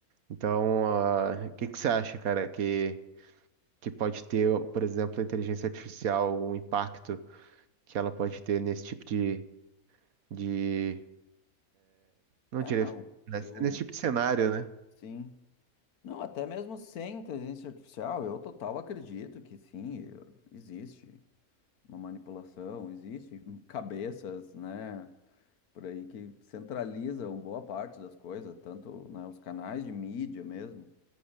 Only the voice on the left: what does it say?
É,
eu,
sim. Não, até mesmo sem inteligência artificial, eu total acredito que sim, eu- existe. uma manipulação, existe cabeças, né, por aí que centralizam boa parte das coisas, tanto, né, os canais de mídia mesmo,